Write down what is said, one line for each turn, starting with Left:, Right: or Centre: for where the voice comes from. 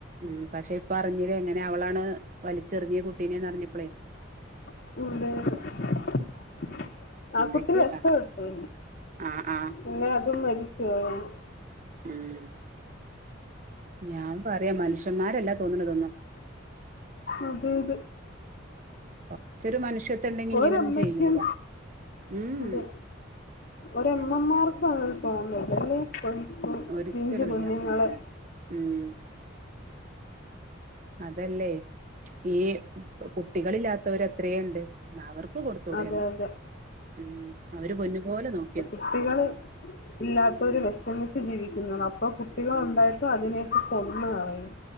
Right: ഉം പക്ഷെ ഇപ്പ അറിഞ്ഞിലെ ഇങ്ങനെ അവളാണ് വലിച്ചെറിഞ്ഞെ കുട്ടീനെന്ന് അറിഞ്ഞപ്പളേ
Left: <unintelligible> ആ
Right: എന്തൊക്കെയാ
Left: കുട്ടി രക്ഷപ്പെട്ട്,
Right: ആ ആ
Left: ഇല്ലേ അതും മരിച്ചുപോയേനെ
Right: ഉം ഞാൻ പറയാ മനുഷ്യന്മാരല്ല തോന്നണതൊന്നും
Left: അതെയതെ
Right: പക്ഷെ ഒരു മനുഷ്യത്വം ഉണ്ടെങ്കി ഇങ്ങനെയൊന്നും
Left: ഒരമ്മക്കും
Right: ചെയ്യൂല ഉം
Left: ഉണ്ട് ഒരമ്മമാർക്കും അങ്ങനെ തോന്നില്ലല്ലേ കൊ
Right: ഒരിക്കലുംല്ല
Left: പിഞ്ചു കുഞ്ഞുങ്ങളെ
Right: ഉം അതല്ലേ ഈ കുട്ടികളില്ലാത്തവരെത്രേണ്ട്, ന്ന അവർ ക്ക്‌ കൊട്തൂടെന്ന
Left: അതെ അതെ
Right: ഉം അവര് പൊന്നുപോലെ നോക്കി
Left: ട്ടികള് ഇല്ലാത്തവര് വെഷമിച്ച് ജീവിക്കുന്നതാണ്. അപ്പൊ കുട്ടികൾ ഉണ്ടായിട്ടും അതിനെയൊക്കെ കൊന്ന് കളയും